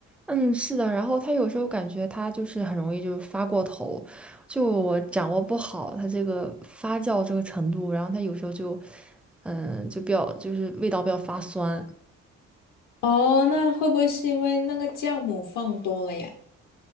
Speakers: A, in the centre; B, on the left (about 80°).
A: 嗯，是的，然后他有时候感觉他就是很容易就发过头，就我掌握不好他这个发酵这个程度，然后他有时候就，嗯，就比较就是味道比较发酸。
B: 哦，那会不会是因为那个酵母放多了呀？